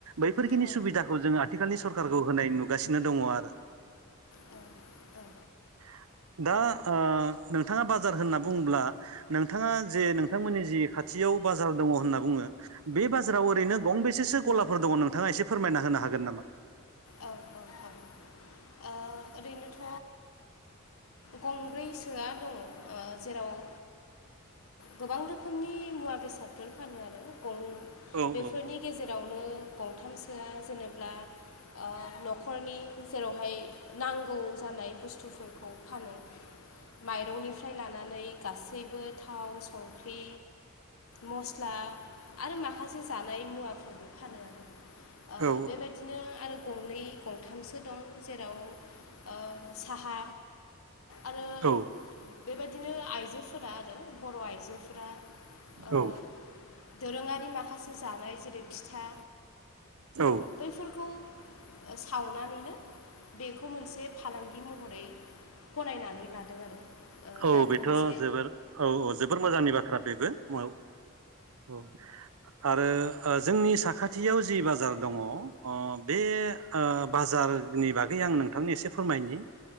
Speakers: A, on the right; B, on the left.
A: बैफोरखिनि
B: औ
A: सुबिदाखौ जोंङो आथिखालनि सरखारारखौ होनाय नुगासिनो दङ आरो
B: औ औ
A: <inaudible> दा ओ नोंथाङा बाजार होनना बुङोब्ला नोंथाङा जे नोंथांमोननि जि खाथियाव बाजाराव दङ होनना बुङो बे बाजाराव ओरैनो गंबेसेसो गलाफोर दङ नोंथाङा एसे फोरमायना होनो हागोन नामा
B: औ औ औ ओ थाबाय ओरैनोथ' गंब्रैसोआ दङ ओ जेराव ओ गोबां रोखोमनि मुवा बेसादफोर फानो आरो गं
A: औ
B: बेफोरनि
A: औ
B: गेजेरावनो गंथामसोआ जेनेल्बा ओ न'खरनि जेरावहाय नांगौ जानाय बुस्थुफोरखौ फानो माइरंनिफ्राय लानानै गासैबो थाव संख्रि मस्ला आरो माखासे जानाय मुवाफोरबो फानो आरो ओ
A: औ
B: बेबायदिनो आरो गंनै गंथामसो दं जेराव ओ साहा आरो
A: औ
B: बेबायदिनो आइजोफोरा आरो बर' आइजोफोरा ओ
A: औ
B: दोरोङारि माखासे जानाय जेरै फिथा
A: औ
B: ओ बैफोरखौ सावनानैनो बेखौ मोनसे फालांगि महरै गनायनानै लादों आरो
A: औ
B: दा
A: बेथ'
B: बे मोनसे
A: जोबोर औ औ जोबोर मोजांनि बाथ्रा बेबो औ औ आरो ओ जोंनि साखाथियाव जि बाजार दङ ओ बे ओ बाजारनि बागै आं नोंथांनि एसे फोरमायनि